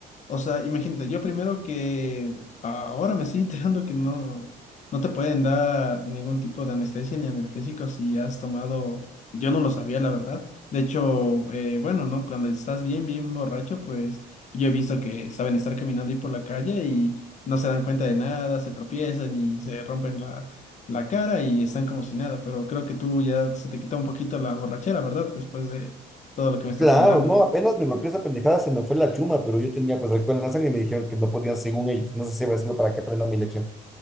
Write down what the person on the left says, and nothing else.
O sea, imagínate, yo primero que a- ahora me estoy enterando que no, no te pueden dar ningún tipo de anestesia ni analgésico si has tomado, yo no lo sabía, la verdad. De hecho, eh, bueno, ¿no? Cuando estás bien, bien borracho, pues yo he visto que saben estar caminando ahí por la calle y no se dan cuenta de nada, se tropiezan y se rompen la, la cara y están como si nada, pero creo que tú ya se te quitó un poquito la borrachera, ¿verdad? Después de todo lo que me estás
contando.